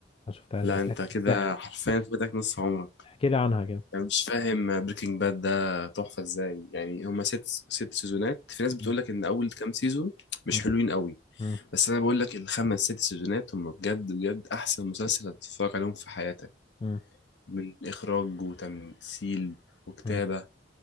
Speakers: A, on the left; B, on the left.
A: ما شفتهاش
B: لا
A: بس
B: أنت
A: احكي
B: كده
A: بس احكي
B: حرفيا فاتك نص عمرك
A: احكي لي عنها كده
B: يعني مش فاهم بريكنج باد ده تحفة إزاي يعني هما ست ست سيزونات في ناس بتقولك
A: مم.
B: إن أول كام سيزون مش
A: مم.
B: حلوين قوي
A: مم.
B: بس أنا بقولك الخمس ست سيزونات هما بجد بجد أحسن مسلسل هتتفرج عليهم في حياتك
A: مم.
B: من إخراج وتمثيل وكتابة
A: مم.